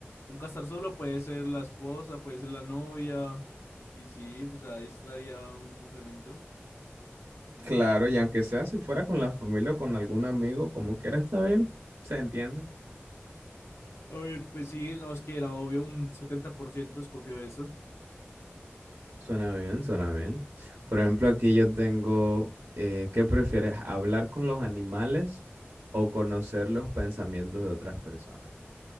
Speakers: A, on the left; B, on the right.
A: nunca estar solo puede ser la esposa, puede ser la novia. Y sí, pues ahí estaría un complemento.
B: Claro, y aunque sea si fuera con la familia o con algún amigo, como quiera, está bien. Se entiende.
A: A ver, pues sí, no, es que era obvio, un 70% escogió eso.
B: Suena bien, suena bien. Por ejemplo, aquí yo tengo, eh, ¿qué prefieres? ¿Hablar con los animales o conocer los pensamientos de otras personas?